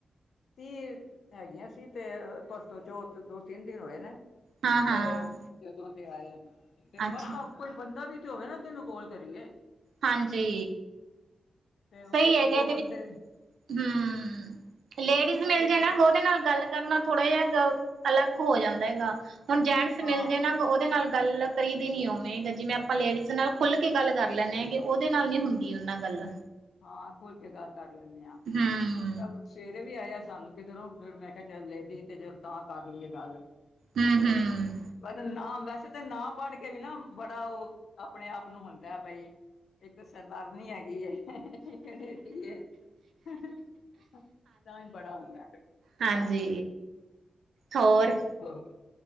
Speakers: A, on the left (about 85°); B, on the right (about 80°).
A: ਤੀਹ ਹੈਗੀਆਂ ਸੀ, ਤੇ ਪਰਸੋਂ ਚੋ ਦੋ -ਤਿੰਨ ਦਿਨ ਹੋਏ ਨੇ।
B: ਹਾਂ ਹਾਂ
A: ਤੇ ਜਦੋਂ ਦੇ ਆਏ, ਤੇ
B: ਅੱਛਾ
A: ਵਾਹ। ਕੋਈ ਬੰਦਾ ਵੀ ਤੇ ਹੋਵੇ ਨਾ, ਕਿਹਨੂੰ ਕੋਲ ਕਰੀਏ?
B: ਹਾਂਜੀ।
A: ਤੇ
B: ਸਹੀ
A: ਇੱਕ
B: ਹੈਗਾ
A: ਦੋ
B: ਇਹਦੇ
A: ਬੰਦੇ
B: ਵਿੱਚ, ਹਮ, ਲੇਡੀਜ਼ ਮਿਲ
A: ਇੱਕ
B: ਜੇ ਨਾ ਉਹਦੇ ਨਾਲ ਗਲਤ ਕਰਨਾ ਥੋੜ੍ਹਾ ਜਿਹਾ ਅਲੱਗ ਹੋ ਜਾਂਦਾ ਹੈਗਾ, ਹੁਣ ਜੈਂਟਸ
A: ਹਾਂ
B: ਮਿਲਦੇ ਨਾ ਉਹਦੇ ਨਾਲ ਗੱਲ ਕਰਹੀ ਦੀ ਨੀ ਉਵੇਂ ਜਿਵੇਂ ਆਪਾਂ ਲੇਡੀਜ਼ ਨਾਲ ਖੁੱਲ ਕੇ ਗੱਲ ਕਰ ਲੈਂਦੇ ਹੈਗੇ, ਉਹਦੇ ਨਾਲ ਨੀ ਹੁੰਦੀ ਉਹਨਾਂ ਗੱਲ।
A: ਹਾਂ, ਖੁੱਲਕੇ ਗੱਲ ਕਰ ਲੈਂਦੇ ਹਾਂ।
B: ਹੂੰ।
A: ਚੱਲ ਸਵੇਰੇ ਵੀ ਆਇਆ ਸਾਨੂੰ ਕਿਧਰੋਂ, ਫਿਰ ਮੈਂ ਕਿਹਾ ਚ ਲੈ ਦੀ ਤੇ ਚਲ ਤਾਂ ਕਰ ਲਈਏ ਗੱਲ।
B: ਹੂੰ-ਹੂੰ
A: ਤੇ <unintelligible> ਪਦਾ ਨ ਵੈਸੇ ਤੇ ਨਾ ਪੜ ਕੇ ਵੀ ਨਾ, ਬੜਾ ਉਹ ਆਪਣੇ ਆਪ ਨੂੰ ਹੁੰਦਾ ਹੈ, ਬਈ। ਇੱਕ ਸਰਦਾਰਨੀ ਹੈਗੀ ਐ। <unintelligible> ਤਾਂ ਹੀ ਬੜਾ ਹੁੰਦਾ। ਹਾਂ।
B: ਹਾਂਜੀ, ਹੋਰ?
A: ਹਾਂ।